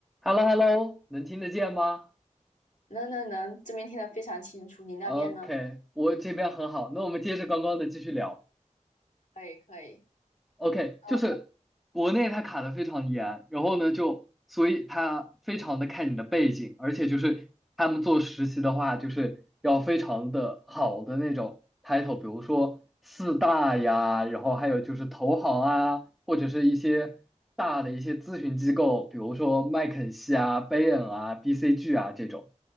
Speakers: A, in the centre; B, on the left.
A: h e l l o h e l l o 能听得见吗
B: 能能能，这边听得非常清楚。你那边呢？
A: ？OK，我这边很好。那我们接着刚刚的继续聊。
B: 可以可以。
A: OK，
B: 呃，
A: 就是国内它卡的非常严，然后呢就所以它非常的看你的背景，而且就是他们做实习的话，就是要非常的好的那种 title，比如说四大呀，然后还有就是投行啊，或者是一些大的一些咨询机构，比如说麦肯锡啊、Bain 啊、BCG 啊这种，